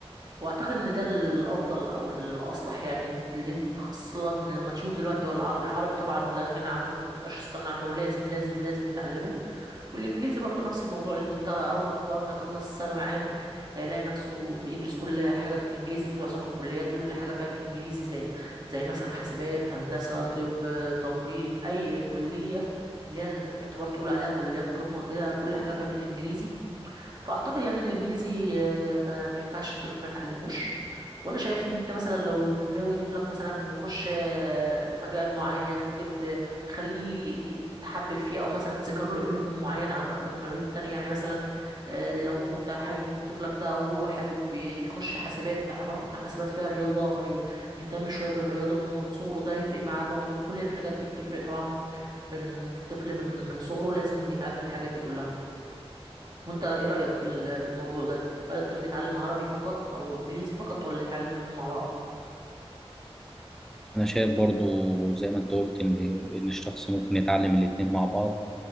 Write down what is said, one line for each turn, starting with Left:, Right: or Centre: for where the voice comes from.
Right: واعتقد ان ده الافضل او الاصلح يعني لان انت خاصه لما تشوف دلوقتي هو الع- العربي طبعا لا غنى عنه ما تقدرش تستغنى عنه لازم لازم لازم يتعلمه والانجليزي برضو نفس الموضوع لان انت اول هو اول ما يخلص ثانوي عام هيلاقي نفسه بيدرس كل حاجه بالانجليزي في معظم الكليات كل حاجه فيها بالانجليزي زي زي مثلا حاسبات هندسه طب تمريض اي كليه اللي هي يعتبر تقول عليها كليات قمه كده كل حاجه فيها بالانجليزي فاعتقد يعني الانجليزي آه، ما, ما ينفعش الطفل ما يتعلموش وانا شايف ان انت مثلا لو ناوي طفلك مثلا يخش آه، مجال معين ممكن ت- تخليه ت- تحبب فيه او مثلا تذكر له علوم معينه عن اكتر من علوم التانية يعني مثلا آه، لو هو انت حابب ان طفلك ده او هو حابب يخش حاسبات تعرفه ان حاسبات فيها رياضه فيهتم شويه بالرياضه من هو صغره ده هيفرق معاه برضه كل الحاجات دي بتفرق طبعا من الطفل من من صغره لازم يتعلم الحاجات دي كلها وانت ايه رأيك في ال- في الموضوع ده هل الطفل يتعلم عربي فقط او انجليزي فقط ولا يتعلم الاتنين مع بعض
Centre: أنا شايف برضو زي ما أنت قلت إن إن الشخص ممكن يتعلم الاتنين مع بعض